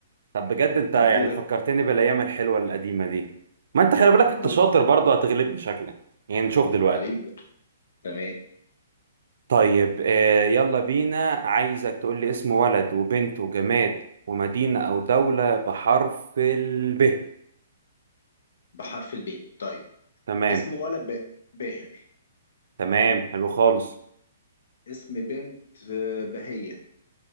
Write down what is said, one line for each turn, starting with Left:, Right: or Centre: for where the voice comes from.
Right: طب بجد انت
Left: طب
Right: يعني
Left: دورك
Right: فكرتني بالايام الحلوه القديمه دي ما انت خلي بالك
Left: طب
Right: انت
Left: دورك
Right: شاطر برضه هتغلبني شكلك يعني نشوف دلوقتي
Left: حبيبي تمام
Right: طيب آه، يلا بينا عايزك تقول لي اسم ولد وبنت وجماد ومدينه او دوله بحرف الب
Left: بحرف الب طيب
Right: تمام
Left: اسم ولد ب... باهر
Right: تمام حلو خالص
Left: اسم بنت آه، بهية